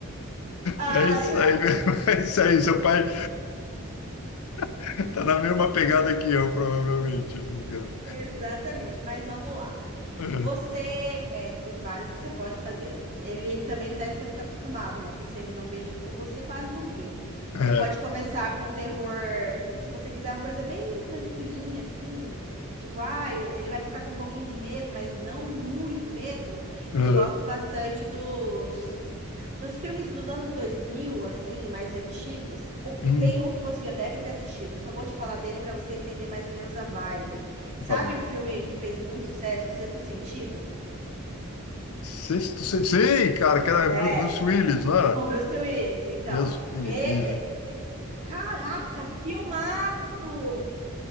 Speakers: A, on the right; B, on the left.
A: Ai,
B: É isso
A: ai.
B: aí <laughs> mesmo, é isso aí, seu pai. <laughs> Tá na mesma pegada que eu, provavelmente, julgando.
A: Exatamente, mas vamos lá.
B: É,
A: Você é, tem vários que você pode fazer. Ele também não deve ser muito acostumado, né? Que se ele não vê junto com você, quase não vê.
B: é,
A: Você pode É. começar com um terror, se você quiser uma coisa bem tranquilinha, assim, tipo, ah, ele vai ficar com um pouquinho de medo, mas não muito medo.
B: é.
A: Eu gosto Hum. bastante dos. Dos filmes dos anos 2000, assim, mais antigos, o-
B: Hum,
A: tem um que você já deve ter assistido. Eu só vou te falar dele para você entender mais ou menos a vibe. Sabe
B: falei.
A: o filme que fez muito sucesso, O Sexto Sentido?
B: Sexto, sexto. Sei, cara, que era
A: É,
B: Bru- Bruce Willis, não era?
A: Com Bruce Willis, então.
B: Deus me
A: E,
B: livre.
A: e- e- caraca, filmaço!